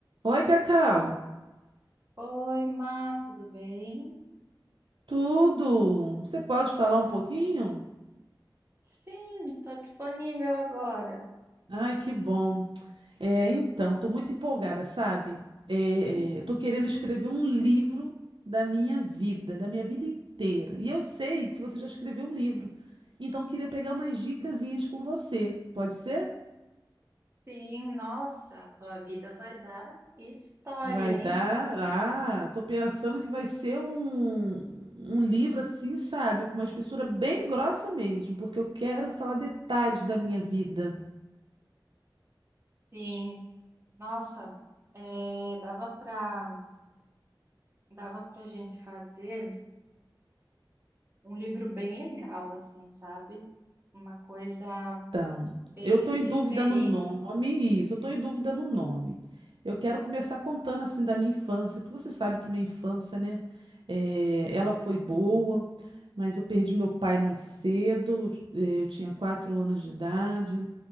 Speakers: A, on the right (about 75°); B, on the right (about 30°).
A: Oi, Cacau.
B: Oi, Má, tudo bem?
A: Tudo? Você pode falar um pouquinho?
B: Sim, estou disponível agora.
A: Ai, que bom. É, então, estou muito empolgada, sabe? É,
B: Hum,
A: estou querendo escrever um livro da minha vida, da minha vida inteira. E eu sei que você já escreveu um livro. Então, eu queria pegar umas dicasinhas com você. Pode ser?
B: sim, nossa, a tua vida vai dar história,
A: Vai
B: hein?
A: dar. Ah, tô pensando que vai ser um, um livro assim, sabe? Com uma espessura bem grossa mesmo, porque eu quero falar detalhes da minha vida.
B: Sim, nossa, é, dava para dava para gente fazer um livro bem legal, assim, sabe? Uma coisa
A: Então,
B: bem
A: eu estou em
B: diferente.
A: dúvida no nome, isso, eu estou em dúvida no nome. Eu quero começar contando assim da minha infância, que você sabe que minha infância, né? eh, ela foi boa, mas eu perdi meu pai muito cedo, eh, eu tinha quatro anos de idade.